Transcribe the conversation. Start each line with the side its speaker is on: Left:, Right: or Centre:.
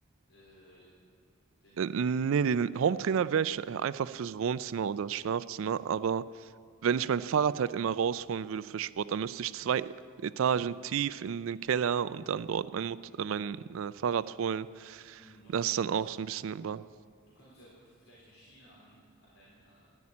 Left: äh, den,
Right: Äh, Nee, den trainer wäre ich äh, einfach fürs Wohnzimmer oder das Schlafzimmer. Aber wenn ich mein Fahrrad halt immer rausholen würde für Sport, dann müsste ich zwei Etagen tief in den Keller und dann dort mein, Mot äh, mein äh, Fahrrad holen.
Left: mh, was
Right: Das
Left: würdest,
Right: ist dann
Left: was,
Right: auch so ein bisschen über.
Left: du könntest ja vielleicht eine Schiene an, an dein, äh,